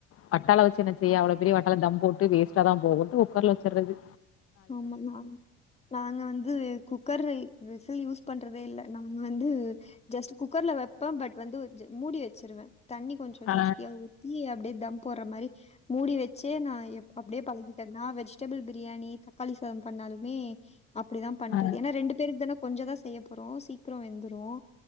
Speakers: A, on the left; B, on the left.
A: வட்டால வச்சு என்ன செய்ய அவ்ளோ பெரிய வட்டால தம் போட்டு வேஸ்ட்டாதா போகும்ட்டு குக்கர்ல வெச்சர்றது
B: ஆமா நாங் நாங்க வந்து குக்கர் விசில் யூஸ் பண்றதே இல்ல நாங்க வந் வந்து ஜஸ்ட் குக்கர்ல வெப்ப பட் வந்து மூடி வெச்சிருவ தண்ணி கொஞ்சோ
A: ஆ
B: ஜாஸ்தியா ஊத்தி அப்டியே தம் போட்ற மாரி மூடி வச்சே நா எப் அப்டே பழகிட்டன்னா வெஜ்டபள் பிரியாணி த காளி சாதம் பண்ணாலுமே அப்டிதா பண்றது
A: ஆ
B: ஏன்னா ரெண்டு பேர்க்கு தானா கொஞ்ச தா செய்ய போறோம் சீக்கிரோ வெந்துரும்